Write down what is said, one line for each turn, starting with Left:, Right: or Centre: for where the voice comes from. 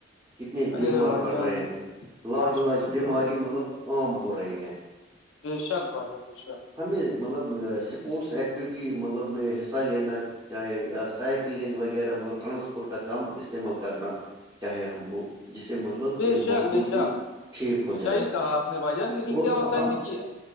Right: کتنے
Left: ارے
Right: بیمار
Left: بھائی
Right: پڑ
Left: جان
Right: رہے ہیں لا
Left: ہاسپٹل
Right: علاج بیماری مطلب عام ہو رہی ہیں
Left: ا شک بھجن اشک <unintelligible>
Right: ہمیں مطلب اسپورٹس ایکٹیویٹی مطلب میں حصہ لینا چاہے یا سائیکلنگ وغیرہ مطلب ٹرانسپورٹ کا کم استعمال کرنا چاہے ہم کو جسے مطلب
Left: بے
Right: یہ
Left: شک
Right: ماحول
Left: بے
Right: بھی
Left: شک
Right: ٹھیک ہو
Left: صحیح
Right: جائے
Left: کہا آپ نے بھائی جان لیکن
Right: اور
Left: کیا ہوتا
Right: ہم
Left: ہے دیک کیا